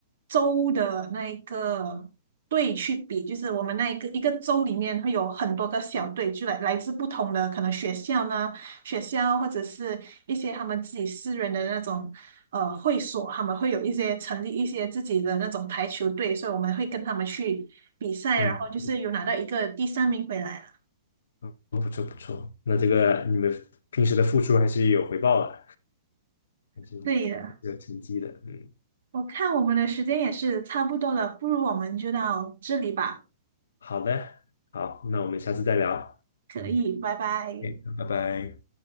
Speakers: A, on the right (about 65°); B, on the left (about 75°).
A: 州的那一个队去比，就是我们那一个一个州里面会有很多个小队，就来来自不同的可能学校呢，学校或者是一些他们自己私人的那种。呃会所，他们会有一些成立一些自己的那种排球队，所以我们会跟他们去比赛，
B: 嗯
A: 然后就是有拿到一个第三名回来了。
B: 嗯，不错不错。那这个你们平时的付出还是有回报的，还是
A: 对的，
B: 有成绩的。嗯，
A: 我看我们的时间也是差不多了，不如我们就到这里吧。
B: 好的，好，那我们下次再聊。
A: 可以，拜拜。
B: OK，拜拜。